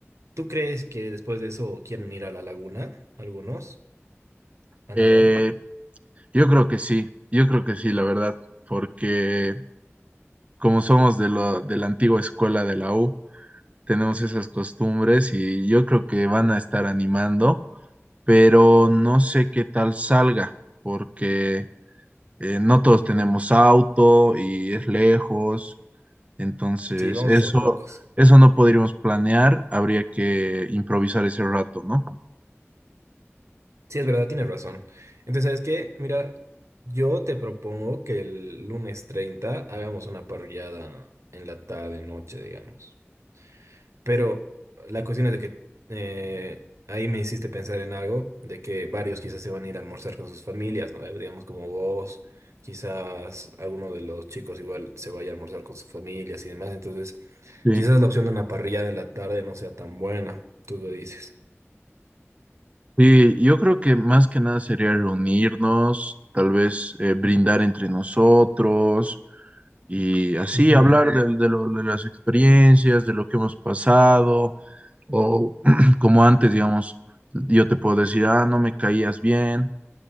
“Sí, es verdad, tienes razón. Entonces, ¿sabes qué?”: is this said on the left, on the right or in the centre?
Right